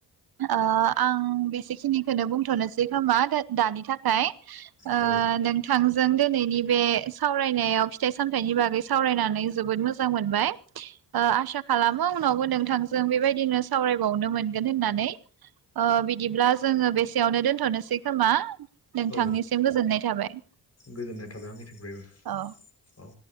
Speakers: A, on the right; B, on the left.
A: ओ आं बेसेखिनिखौनो बुंथ'नोसै खोमा दानि थाखाय। ओ
B: औ
A: नोंथां थांजों दिनैनि बे सावरायनायाव फिथाइ सामथाइनि बागै सावरायनानै जोबोद मोजां मोनबाय। ओ आसा खालामो उनावबो नोंथांजों बेबायदिनो सावरायबावनो मोनगोन होननानै। नै बिदिब्ला जोङो बेसेयावनो दोनथ'नोसै खोमा। नोंथांनिसिम
B: औ
A: गोजोननाय थाबाय।
B: गोजोननाय थाबाय आंनिथिंफ्रायबो
A: औ
B: औ।